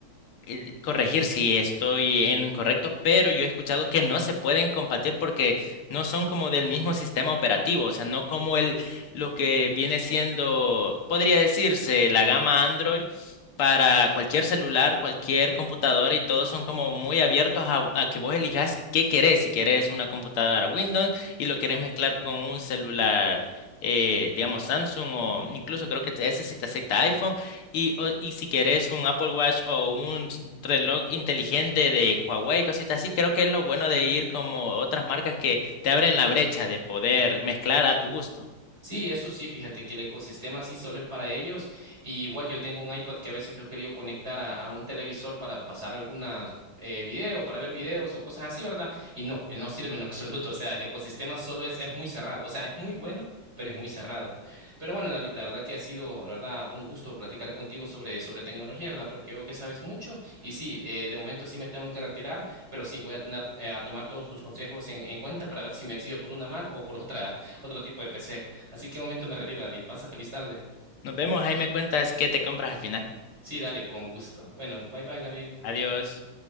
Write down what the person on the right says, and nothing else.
Sí, eso sí, fíjate que el ecosistema sí solo es para ellos. Y igual yo tengo un iPad que a veces lo he querido conectar a, a un televisor para pasar algunas eh, videos, para ver videos o cosas así, ¿verdad? Y no, él no sirve en <laughs> lo absoluto. O sea, el ecosistema solo es, es muy cerrado. O sea, es muy bueno, pero es muy cerrado. Pero bueno, David, la verdad que ha sido, la verdad, un gusto platicar contigo sobre, sobre tecnología, ¿verdad? Porque veo que sabes mucho. Y sí, eh, de momento sí me tengo que retirar, pero sí, voy a tener, eh, a tomar todos tus consejos en, en cuenta para ver si me decido por una Mac o por otra, otro tipo de PC. Así que un momento me retiro, David. Pasa feliz tarde.
Sí, dale, con gusto. Bueno, bye bye, David.